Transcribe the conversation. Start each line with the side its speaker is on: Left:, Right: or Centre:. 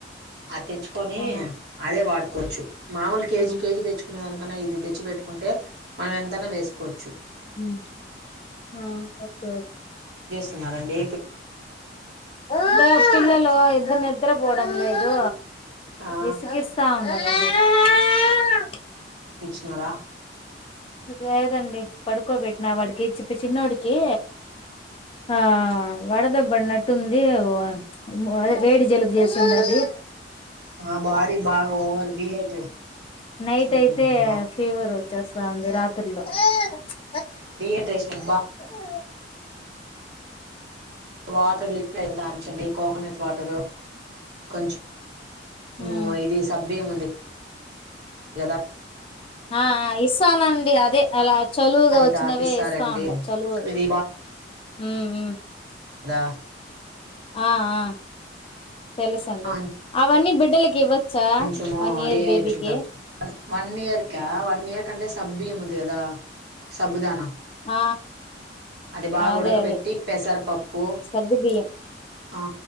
Right: అది తెచ్చుకొని
Left: ఆ
Right: అదే వాడుకోవచ్చు మామూలు కేజీ
Left: ఆ
Right: కేజీ తెచ్చుకునే దానికి నన్నా ఇది తెచ్చిపెట్టుకుంటే మనం ఎంతనా వేసుకోవచ్చు
Left: హ్మ్ ఆ ఓకే ఓకే
Right: తిన్నారండి
Left: ఇదో పిల్లలు ఇద్దరు నిద్రపోవడం లేదు.
Right: ఆ
Left: విస్సిగిస్తావుంటారు ఇద్దరు
Right: చిన్నోడా
Left: లేదండి పడుకోబెట్టినా వాడికి చెప్పి చిన్నోడికి ఆ వడదెబ్బ అన్నట్టుంది. వ ప్చ్ మ్ అదే వేడి జలుబు చేస్తుంది. అది
Right: నా బాడీ బాగా ఓవర్ డిహైడ్రేషన్
Left: నైట్
Right: అయిపోయిందను
Left: అయితే ఫీవర్ వచ్చేస్తాంది రాత్రిలో ప్చ్
Right: డిహైడ్రేషన్ బా
Left: అ
Right: వాటర్ లిక్విడ్ అయి తాగిపించండి కోకోనట్ వాటరు కొంచ్ ము
Left: ఉమ్
Right: ఇది సబియ్యముంది గదా
Left: ఆ ఆ ఇస్సానండి అదే అలా చలువుగా
Right: అది
Left: వచ్చినవే
Right: తాపిస్తారండి
Left: ఇస్సాండా చలువు
Right: ఇది
Left: మ్ మ్మ్
Right: అదా
Left: అ ఆ తెలుసండి
Right: <inaudible>
Left: అవన్నీ బిడ్డలకి ఇవ్వచ్చా
Right: కొంచము
Left: వన్ ఇయర్
Right: డిహైడ్రేషన్
Left: బేబీకి
Right: తగ్గుతుంది ఇక్క వన్ ఇయర్ కంటే సబ్ బియ్యం ఉంది కదా సబ్బుదానా
Left: ఆ
Right: అది బాగా
Left: అదే
Right: ఉడక
Left: అదే
Right: బేట్టి పెసరపఅప్పు
Left: సగ్గు బియ్యం
Right: ఆ